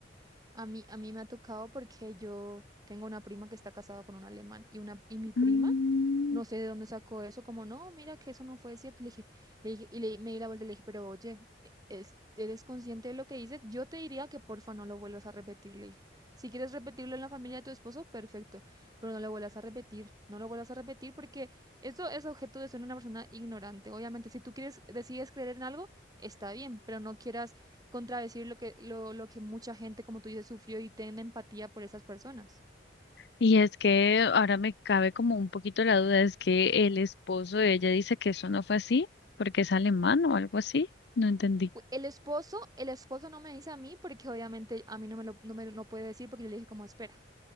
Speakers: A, on the right; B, on the left.
A: A mí, a mí me ha tocado porque yo tengo una prima que está casada con un alemán y, una, y mi prima
B: Mm,
A: No sé de dónde sacó eso, como no, mira que eso no fue cierto. Le dije, le dije, y le, me di la vuelta y le dije, pero oye, es- ¿eres consciente de lo que dices? Yo te diría que porfa no lo vuelvas a repetir, le dije. Si quieres repetirlo en la familia de tu esposo, perfecto, pero no lo vuelvas a repetir, no lo vuelvas a repetir porque eso es objeto de ser una persona ignorante. Obviamente, si tú quieres, decides creer en algo, está bien, pero no quieras contradecir lo que, lo, lo que mucha gente, como tú dices, sufrió y ten empatía por esas personas.
B: Y es que ahora me cabe como un poquito la duda, es que el esposo de ella dice que eso no fue así, porque es alemán o algo así. No entendí.
A: u- El esposo, el esposo no me dice a mí porque obviamente a mí no me lo, no me lo puede decir porque yo le dije como espera.